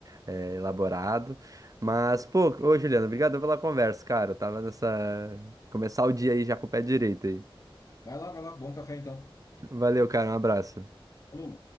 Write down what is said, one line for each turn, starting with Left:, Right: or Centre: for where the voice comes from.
Right: eh, elaborado. Mas, pô, ô Juliana, obrigado pela conversa, cara. Eu tava nessa. Começar o dia aí já com o pé direito aí.
Left: Vai lá, vai lá, bom café então.
Right: Valeu, cara. Um abraço.
Left: Falou.